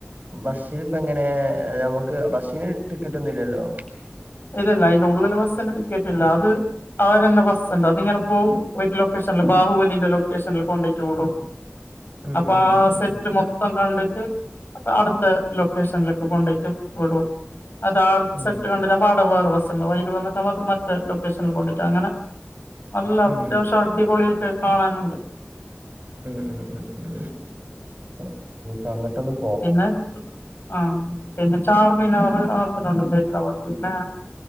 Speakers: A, on the right; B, on the left.
A: ബസ്സില് പ്പഎങ്ങനെ.. നമുക്ക് ബസ്സിന് ടിക്കറ്റ് ഒന്നുംല്യ ല്ലോ?
B: ഇല്ലല്ല, അയ്ന്റെ ഉള്ളില്. ബസ്സിന് ടിക്കറ്റ് ഇല്ല, അത്. അവരെന്നെബസ്സ്ണ്ട്. അതിങ്ങനെ പോവും. ഒരു ലൊക്കേഷനില് ബാഹുവലിന്റെ ലൊക്കേഷനില് കൊണ്ടോയിട്ട് വിടും.
A: ഉം
B: അപ്പ,
A: ഉം ഉം
B: ആഹ്,
A: ഉം
B: സെറ്റ്മൊ ത്തംകണ്ടിട്ട്, അട്ത്ത ലൊക്കേഷനിലേക്ക് കൊണ്ടയിട്ട് വിടും. അതാ, ആർ,
A: ഉം
B: സെറ്റ് കണ്ടിലെ പാടെ വേറെ വസ്സ്ണ്ടാവും. അയ്ല് വന്നിട്ട് മറ്റേ ലൊക്കേഷനിൽ കൊണ്ടിട് അങ്ങനെ. അല്ല, അത്യാവശ്യ
A: ഉം
B: അടിപൊളി ആയിട്ട് കാണാനുണ്ട്.
A: ഉം, ഉം, ഉം, ഉ ഇപ്പ അങ്ങട്ടൊന്നും.
B: പിന്നെ, ആഹ്, പിന്നെചാർമിനാറ് അവട തന്നെണ്ട്. ഹൈദരാബാദ്. പിന്നെ,